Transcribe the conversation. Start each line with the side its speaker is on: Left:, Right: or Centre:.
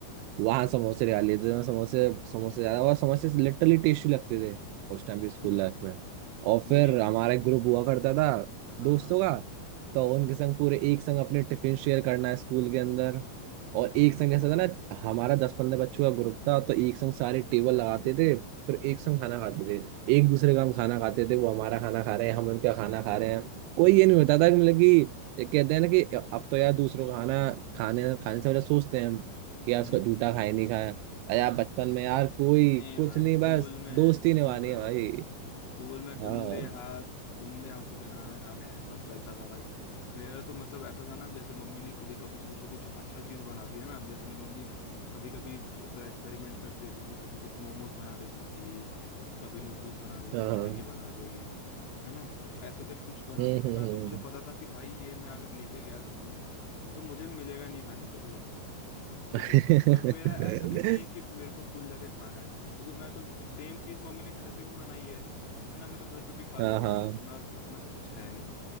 Right: वहाँ समोसे ले लेते थे समोसे समोसे ज्यादा और समोसे लिटरली टेस्टी लगते थे उस टाइम भी स्कूल
Left: हम्म
Right: लाइफ में और फिर
Left: मेरी
Right: हमारा एक ग्रुप हुआ करता था
Left: हाँ
Right: दोस्तों
Left: हाँ
Right: का तो उनके संग पूरे एक संग अपने टिफिन शेयर करना है स्कूल के अंदर और
Left: हम्म
Right: एक संग जैसा था ना हमारा दस पंद्रह बच्चों का ग्रुप था तो एक संग सारे टेबल लगाते थे फिर एक संग खाना खाते थे एक दूसरे का हम खाना खाते थे वो हमारा खाना खा रहे हैं हम उनका खाना खा रहे हैं कोई
Left: हम्म
Right: ये नहीं होता था कि मतलब कि ये कहते हैं ना कि अब तो यार दूसरों का खाना खाने खाने से पहले सोचते हैं कि
Left: हम्म
Right: यार उसका जूठा खाए नहीं खाया अरे यार बचपन में यार
Left: नहीं
Right: कोई कुछ
Left: भाई
Right: नहीं
Left: स्कूल
Right: बस
Left: में
Right: दोस्ती
Left: कुछ
Right: निभानी
Left: नहीं होता
Right: है भाई
Left: था स्कूल में
Right: हाँ
Left: गंदे हाथ गंदे हाथों से खाना खा रहे हैं सब चलता था भाई मेरा तो मतलब ऐसा था ना जैसे मम्मी ने कभी कभी सोचो कुछ अच्छा चीज बना दिया ना जैसे मेरी मम्मी कभी कभी ऐसा एक्सपेरिमेंट करती रहती थी कभी कुछ मोमोज बना देती थी कभी नूडल्स बना देगी
Right: हाँ
Left: मैगी बना देगी है ना तो ऐसा जब कुछ बनाती
Right: हम्म
Left: थी ना
Right: हम्म हम्म।
Left: तो मुझे पता था कि भाई ये मैं अगर लेके गया स्कूल तो मुझे मिलेगा नहीं खाने के लिए ठीक
Right: <laughs>
Left: है और मेरा ऐसा भी नहीं है कि मेरे को स्कूल जाके खाना है क्योंकि मैं तो सेम चीज मम्मी ने घर पे भी बनाई है है ना मैं तो घर पे भी खा
Right: हाँ
Left: लूंगा
Right: हाँ
Left: उतना उतना तो कुछ है नहीं।